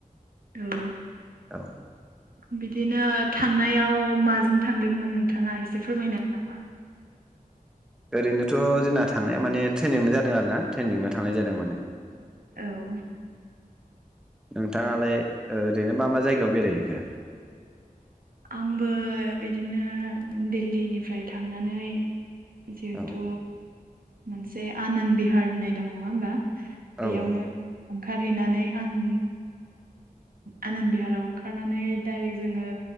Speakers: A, on the right (about 75°); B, in the centre.
A: औ
B: औ
A: बिदिनो थांनायाव माजों थांदोंमोन नोंथांङा एसे फोरमायनो नामा?
B: ओरैनोथ' जोंना थांनाया माने ट्रेनजोंनो जादों आरोना ट्रेनजोंनो थांनाय जादों माने
A: औ
B: नोंथांङालाय ओरैनो मा मा जायगायाव बेरायहैखो
A: आंबो बिदिनो दिल्लीनिफ्राय थांनानै जिहेथु
B: औ
A: मोनसे आनन्द बिहार होननाय दं नंङा होमबा
B: औ
A: बेयावनो ओंखारहैनानै आं आनन्द बिहाराव ओंखारनानै डायरेक्ट जोंङो